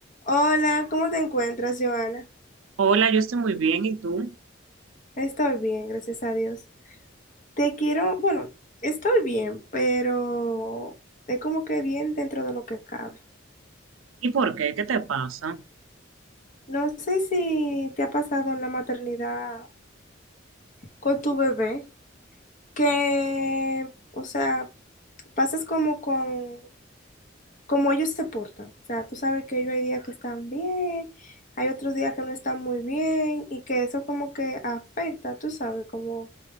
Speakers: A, on the left (about 40°); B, on the right (about 85°).
A: Hola, ¿cómo te encuentras, Joana?
B: Hola, yo estoy muy bien, ¿y tú?
A: Estoy bien, gracias a Dios. Te quiero, bueno, estoy bien, pero es como que bien dentro de lo que cabe.
B: ¿Y por qué? ¿Qué te pasa?
A: No sé si te ha pasado en la maternidad con tu bebé, que, o sea, pasas como con, como ellos se portan. O sea, tú sabes que ellos hay días que están bien, hay otros días que no están muy bien y que eso como que afecta, tú sabes, como...